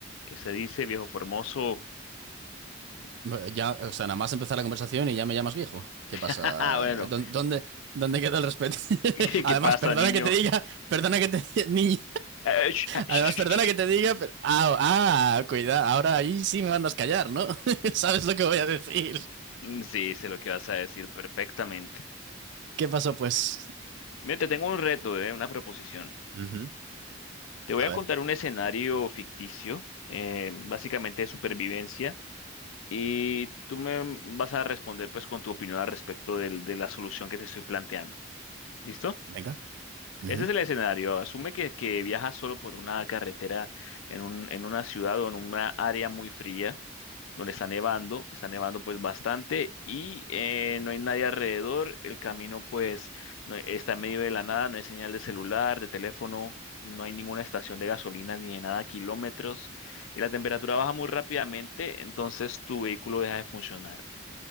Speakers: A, on the left; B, on the right.
A: ¿Qué se dice, viejo formoso?
B: Eh, Ya, o sea, nada más empezar la conversación y ya me llamas viejo. ¿Qué
A: <laughs>
B: pasa?
A: Bueno,
B: Eh, ¿Dó- ¿Dónde, dónde queda el respeto? <laughs>
A: <laughs>
B: Además,
A: ¿qué pasa,
B: perdona
A: niño?
B: que te diga, perdona que te diga, <laughs> niña,
A: Eh, sh- ah, sh-
B: además,
A: sh-
B: perdona
A: sh.
B: que te diga, pero- ah, ah, cuidado, ahora ahí sí me mandas callar, ¿no? <laughs> ¿Sabes lo que voy a decir?
A: Mm, Sí, sé lo que vas a decir perfectamente.
B: ¿Qué pasó, pues?
A: Mira, te tengo un reto, eh, una proposición.
B: Ujú,
A: Te voy
B: A
A: a
B: ver,
A: contar un escenario ficticio, eh, básicamente de supervivencia, y tú me vas a responder pues con tu opinión al respecto del- de la solución que te estoy planteando. ¿Listo?
B: venga. Ujú,
A: Ese es el escenario. Asume que, que viajas solo por una carretera en un- en una ciudad o en una área muy fría. donde está nevando, está nevando pues bastante y eh, no hay nadie alrededor, el camino pues no- está en medio de la nada, no hay señal de celular, de teléfono, no hay ninguna estación de gasolina ni de nada, kilómetros, y la temperatura baja muy rápidamente, entonces tu vehículo deja de funcionar.